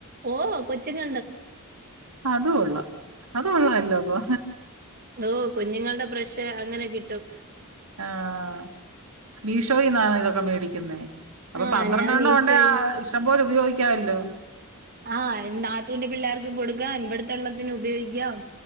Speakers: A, on the right; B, on the right.
A: ഓഹ് കൊച്ചിങ്ങ
B: അതു കൊള്ളാം അതു കൊള്ളല്ലോ അപ്പൊ
A: ഓഹ് കുഞ്ഞുങ്ങടെ ബ്രഷ് അങ്ങനെ കിട്ടും
B: ആഹ് മീഷോയീന്നാണോ ഇതൊക്കെ മേടിക്കുന്നേ അപ്പൊ
A: ആ
B: പന്ത്രണ്ടെണ്ണം
A: ഞാൻ മീഷോ
B: ഉണ്ടേ ആ ഇഷ്ടം പോലെ ഉപയോഗിക്കാല്ലോ.
A: ആഹ് നാത്തൂന്റെ പിള്ളേർക്കും കൊടുക്കാം ഇവടുത്തെള്ളത്തിന് ഉപയോഗിക്കാം